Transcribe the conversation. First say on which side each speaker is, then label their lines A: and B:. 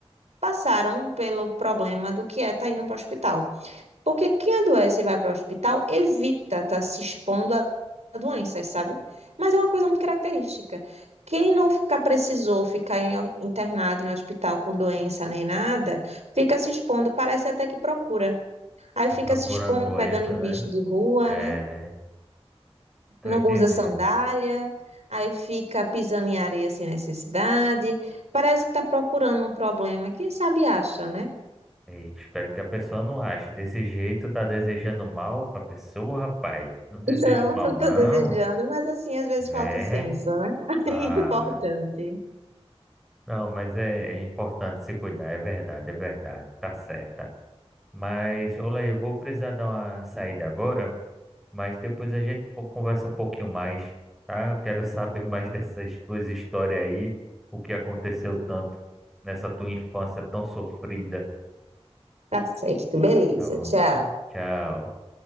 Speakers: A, on the right; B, in the centre.
A: passaram pelo problema do que é estar indo para o hospital. Porque quem adoece e vai para o hospital evita estar se expondo a a doenças, sabe? Mas é uma coisa muito característica. Quem não fica, precisou ficar em ho- internado em hospital com doença nem nada, fica se expondo, parece até que procura. Aí
B: Tá
A: fica
B: procurando
A: se expondo,
B: doença,
A: pegando em bicho
B: né?
A: de rua,
B: É,
A: né?
B: tô
A: Não
B: entendendo.
A: usa sandália, aí fica pisando em areia sem necessidade. Parece que está procurando um problema. Quem sabe acha, né?
B: Ei, espero que a pessoa não ache. Desse jeito, tá desejando mal pra pessoa, rapaz. Não deseje
A: Não,
B: mal,
A: não
B: não.
A: estou desejando, mas assim, às vezes
B: É.
A: falta o senso, né? <laughs>
B: Ah,
A: É importante.
B: não, mas é, é importante se cuidar, é verdade, é verdade. Tá certa. Mas, olha aí, eu vou precisar dar uma saída agora, mas depois a gente po- conversa um pouquinho mais, tá? Eu quero saber mais <laughs> dessas tuas histórias aí, o que aconteceu tanto nessa tua infância tão sofrida.
A: Tá certo, beleza.
B: Tá bom.
A: Tchau.
B: Tchau.